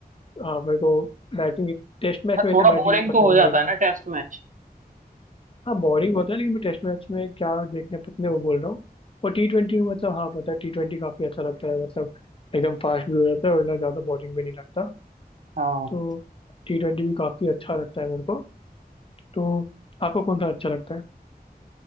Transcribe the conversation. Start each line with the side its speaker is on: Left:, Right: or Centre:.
Left: हाँ मेरे को बैटिंग टेस्ट मैच
Right: पर
Left: में
Right: थोड़ा
Left: इतनी
Right: बोरिंग
Left: बैटिंग पसंद
Right: तो हो जाता
Left: नहीं है
Right: है ना टेस्ट मैच
Left: हाँ बोरिंग होता है लेकिन मैं टेस्ट मैच में क्या देखने पतने वो बोल रहा हूँ और टी ट्वेंटी मतलब हाँ पता है टी ट्वेंटी काफ़ी अच्छा लगता है मतलब एकदम फास्ट भी हो जाता है और ना ज़्यादा बोरिंग भी नहीं लगता
Right: हाँ
Left: तो टी ट्वेंटी भी काफ़ी अच्छा लगता है मेरे को तो आपको कौन सा अच्छा लगता है